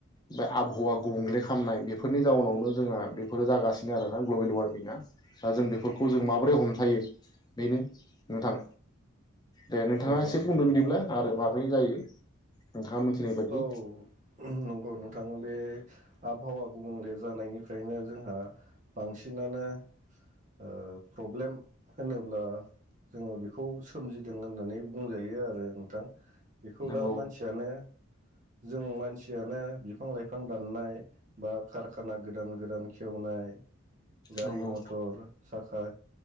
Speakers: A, on the left (about 20°); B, on the right (about 35°).
A: बे आबहावा गुबुंले खामनाय बेफोरनि जाउनावनो जोंहा बेफोरो जागासिनो आरोना ग्लबेल वारमिङा। दा जों बेफोरखौ जों माबोरै हमथायो बेनो नोंथां। दे नोंथाङा
B: नंगौ
A: एसे
B: नोंथां
A: बुंदो बिदिब्ला आरो माब्रै जायो नोंथाङा मोनथिनाय बायदि
B: औ नंगौ नोंथां बे आबहावा गुबुंले जानायनिफ्रायनो जोंहा बांसिनानो ओ प्रब्लेम होनोब्ला जोङो बेखौ सोमजिदों होननानै बुंजायो आरो नोंथां। बेखौ
A: नंगौ
B: दा मानसियानो जों मानसियानो बिफां लाइफां दाननाय बा कारखाना गोदान गोदान खेवनाय गारि
A: नंगौ
B: मटर साखा